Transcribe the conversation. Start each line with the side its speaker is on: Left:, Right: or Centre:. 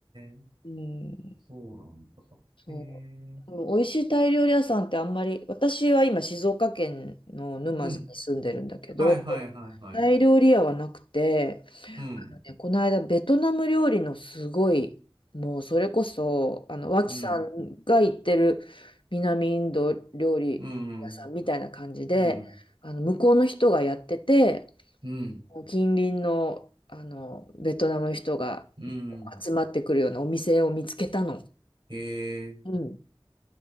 Right: ー、
Left: う。うん。
Right: そうなんだ。
Left: そう。
Right: えー、
Left: もう美味しいタイ料理屋さんってあんまり、私は今静岡県の沼津に住んでるんだけど、
Right: うん。はいはいはいはい。
Left: タイ料理屋はなくて、
Right: うん。
Left: ねこの間ベトナム料理のすごい、もうそれこそ、あの、脇さんが行ってる南インド料理屋さんみたいな感じで、
Right: うん。うん。うん。
Left: あの、向こうの人がやってて、
Right: うん。
Left: 近隣の、あの、ベトナムの人が
Right: うん。
Left: 集まってくるようなお店を見つけたの。
Right: ええ
Left: うん